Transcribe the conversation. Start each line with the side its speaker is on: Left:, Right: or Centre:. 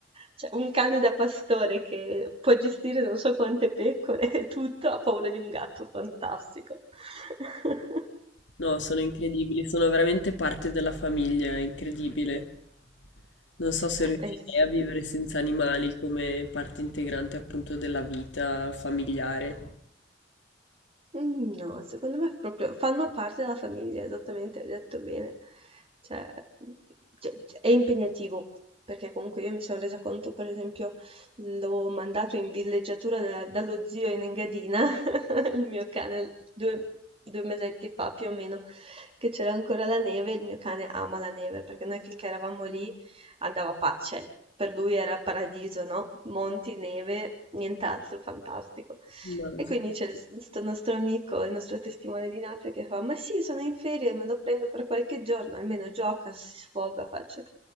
Right: Cioè, un cane da pastore che può gestire non so quante pecore e tutto, ha paura di un gatto, fantastico. <laughs>
Left: no, sono incredibili, sono veramente parte della famiglia, è incredibile. Non so se riuscirei
Right: Eh sì.
Left: a vivere senza animali come parte integrante appunto della vita familiare.
Right: Mhmm, no, secondo me proprio fanno parte della famiglia, esattamente, hai detto bene. Cioè, mhmm, cioè c è impegnativo, perché comunque io mi son resa conto, per esempio, l'ho mandato in villeggiatura da dallo zio in Engadina <laughs> il mio cane due, due mesetti fa più o meno, che c'era ancora la neve, il mio cane ama la neve, perché noi finché eravamo lì andava pazzo, cioè, per lui era paradiso, no? Monti, neve, nient'altro, fantastico.
Left: Immagino,
Right: E quindi c'è questo nostro amico, il nostro testimone di Napoli, che fa: Ma sì, sono in ferie, me lo prendo per qualche giorno, almeno gioca, si sfoga, faccio.